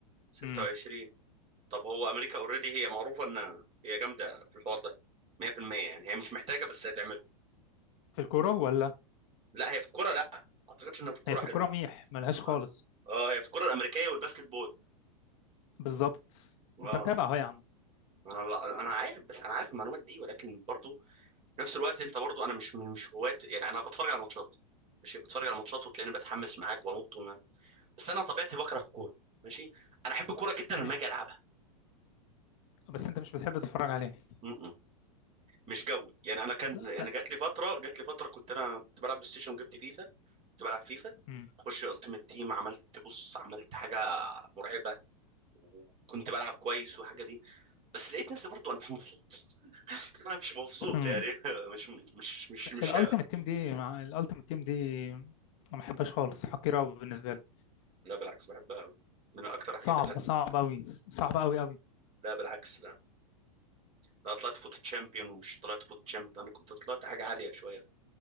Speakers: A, on the right; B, on the left.
A: 26
B: امم
A: طب هو امريكا اوريدي هي معروفه ان هي جامده في الحوار ده 100% يعني هي مش محتاجه بس هتعمله
B: في الكوره ولا
A: لا هي في الكوره لا ما اعتقدش انها في الكوره
B: هي في
A: حلو
B: الكوره ميح ملهاش خالص
A: اه اه هي في الكوره الامريكيه والباسكت بول
B: بالظبط
A: اه
B: انت متابع اهو يا عم
A: انا لا انا عارف بس انا عارف المعلومات دي ولكن برضو في نفس الوقت انت برضو انا مش مش هواة يعني انا بتفرج على ماتشات ماشي بتفرج على ماتشات وتلاقيني بتحمس معاك وانط ومان. بس انا طبيعتي بكره الكوره ماشي انا احب الكوره جدا لما
B: م-
A: اجي العبها
B: بس انت مش بتحب تتفرج عليه
A: م -م. مش جوي يعني انا كان
B: لا
A: انا
B: لا
A: جات لي فتره جات لي فتره كنت انا كنت بلعب بلاي ستيشن جبت فيفا كنت بلعب فيفا
B: امم
A: اخش التيمت تيم عملت بص عملت حاجه مرعبه وكنت بلعب كويس والحاجه دي بس لقيت نفسي برضو انا مش مبسوط <laughs> انا مش مبسوط
B: امم
A: يعني <laughs> مش مش مش مش
B: الالتيمت تيم دي مع الالتيمت تيم دي ما بحبهاش خالص حقيره قوي بالنسبه لي
A: لا بالعكس بحبها أوي. من اكتر الحاجات
B: صعبه
A: اللي حبيتها
B: صعبه قوي صعبه قوي قوي
A: لا بالعكس لا لا طلعت فوت تشامبيون ومش طلعت فوت تشامبيون انا كنت طلعت حاجه عاليه شويه